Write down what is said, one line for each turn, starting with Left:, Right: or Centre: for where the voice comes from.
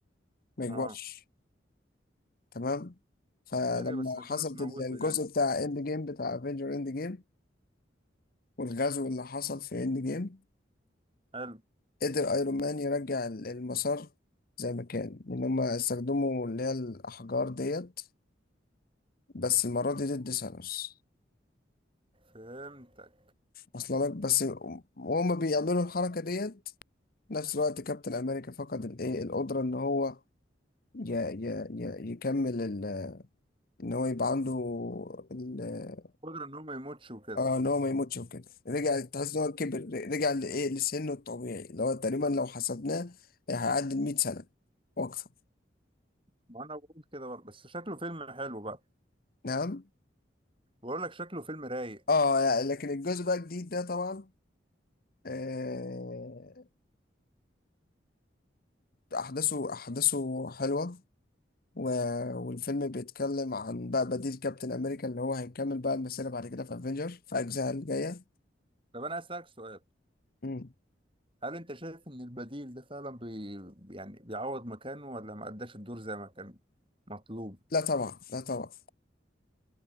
Left: ما يكبرش
Right: اه
Left: تمام فلما
Right: غريبه بس ده
Left: حصلت
Right: كان مش موته
Left: الجزء
Right: يعني
Left: بتاع إند جيم بتاع افنجر إند جيم والغزو اللي حصل في إند جيم
Right: حلو
Left: قدر ايرون مان يرجع ال- المسار زي ما كان ان هم استخدموا اللي هي الاحجار ديت بس المره دي ضد ثانوس
Right: فهمتك
Left: اصلا لك بس وهم بيعملوا الحركه ديت نفس الوقت كابتن امريكا فقد الايه القدره ان هو ي ي ي يكمل ال- ان هو يبقى عنده ال-
Right: قدرة ان هو ما يموتش وكده
Left: اه ان هو ما يموتش وكده رجع تحس ان هو كبر رجع لايه لسنه الطبيعي اللي هو تقريبا لو حسبناه هيعدي ال 100 سنه واكثر
Right: ما انا بقول كده برضه بس شكله فيلم حلو بقى
Left: نعم
Right: بقول لك شكله فيلم رايق
Left: اه يعني لكن الجزء بقى الجديد ده طبعا آه، احداثه احداثه حلوه و... والفيلم بيتكلم عن بقى بديل كابتن امريكا اللي هو هيكمل بقى المسيره بعد كده في افنجر في اجزاء الجايه
Right: طب انا اسالك سؤال
Left: مم.
Right: هل انت شايف ان البديل ده فعلا بي... يعني بيعوض مكانه ولا ما اداش الدور زي ما كان مطلوب
Left: لا طبعا لا طبعا